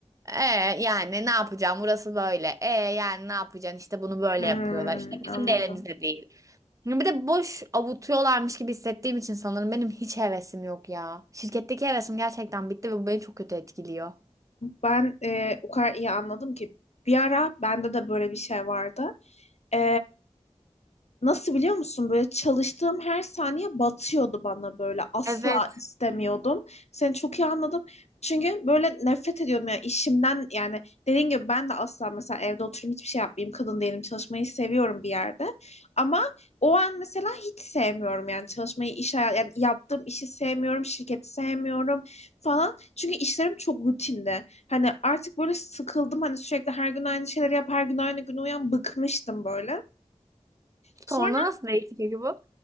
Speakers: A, on the right; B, on the left.
A: E yani ne yapacağım? Burası böyle. E yani ne yapacaksın? İşte bunu böyle
B: Hı.
A: yapıyorlar. İşte bizim
B: Anladım.
A: de elimizde değil. Yani Bir de boş avutuyorlarmış gibi hissettiğim için sanırım benim hiç hevesim yok ya. Şirketteki hevesim gerçekten bitti ve bu beni çok kötü etkiliyor.
B: Ben e, o kadar iyi anladım ki bir ara bende de böyle bir şey vardı. E, Nasıl biliyor musun? Böyle çalıştığım her saniye batıyordu bana böyle. Asla
A: Evet.
B: istemiyordum. Seni çok iyi anladım. Çünkü böyle nefret ediyordum yani işimden yani dediğin gibi ben de asla mesela evde oturayım hiçbir şey yapmayayım. Kadın değilim çalışmayı seviyorum bir yerde. Ama o an mesela hiç sevmiyorum yani çalışmayı iş hayat yani yaptığım işi sevmiyorum, şirketi sevmiyorum falan. Çünkü işlerim çok rutinde. Hani artık böyle sıkıldım hani sürekli her gün aynı şeyleri yap, her gün aynı gün uyan bıkmıştım böyle. Sonra
A: Sonra nasıl değişti peki bu?